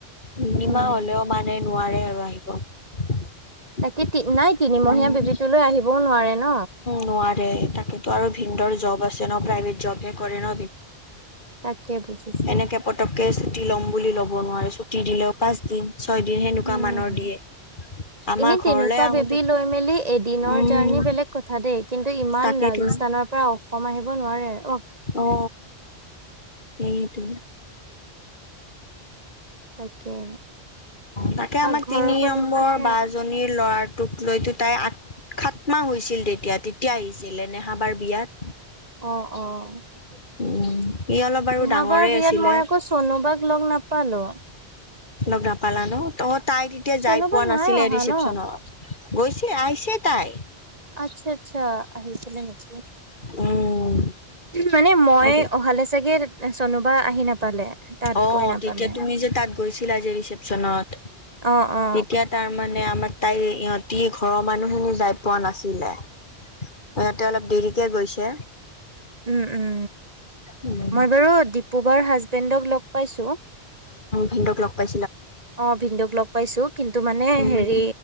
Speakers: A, on the left; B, on the right.
A: তিনিমাহ
B: উম
A: হ'লেও মানে নোৱাৰে আৰু আহিব
B: তাকে তি
A: উম
B: নাই তিনিমহীয়া বেবীটোলৈ আহিবও নোৱাৰে ন
A: নোৱাৰে তাকেতো আৰু ভিনদৰ জব আছে ন প্ৰাইভেট জব কৰে ন
B: তাকে বুজিছো
A: এনেকে পতককে টি ল'ম বুলি ল'ব নোৱাৰে টি দিলে পাঁচদিন। ছয়দিন সেনেকুৱা
B: উম
A: মানৰ দিয়ে আমাৰ
B: এনে
A: ঘৰলৈ
B: তেনেকুৱা
A: আহোতে।
B: বেবী লৈ মেলি এদিনৰ
A: উম
B: জাৰ্ণি বেলেগ কথা দেই কিন্তু ইমান
A: তাকেইতো
B: ৰাজস্থানৰ পৰা অসম আহিব নোৱাৰে। অফ।
A: অ সেইটো।
B: তাকে
A: তাকে আমাৰ
B: আ ঘৰখন
A: তিনি নম্বৰ
B: মানে
A: বা জনীৰ ল'ৰা। তোক লৈতো তাই আঠ খাত মাহ হৈছিল তেতিয়া তেতিয়া আহিছিল এ নেহাবাৰ বিয়াত।
B: অ-অ। নেহাবাৰ
A: উম ই অলপ বাৰু ডাঙৰে
B: বিয়াত
A: আছিলে
B: মই আকৌ চোনোবাক লগ নাপালো।
A: লগ নাপালা ন তহত। তাই তেতিয়া
B: চনুবা
A: যাই পোৱা নাছিলে
B: নাই অহা
A: ৰিচেপচনৰত
B: ন
A: গৈছে আহিছে তাই।
B: আচ্ছা-আচ্ছা আহিছিলে নেকি
A: উম
B: মানে মই
A: তাকে
B: অহালে চাগে। চনুবা আহি নাপালে তাত
A: অ
B: গৈ নাপালে
A: তেতিয়া তুমি যে তাত গৈছিলা যে ৰিচেপচনত।
B: অ অ
A: এতিয়া তাৰমানে আমা। তাই ইহঁতি ঘৰৰ মানুহখিনি যাই পোৱা নাছিলে। সিহঁতে অলপ দেৰিকে গৈছে।
B: উম-উম
A: উম,
B: মই বাৰু দীপুবাৰ হাজবেণ্ডক লগ। পাইছোঁ।
A: ভিনদৌক লগ পাই।
B: অ ভিন্দুক লগ পাইছো কিন্তু মানে
A: উম,
B: হেৰি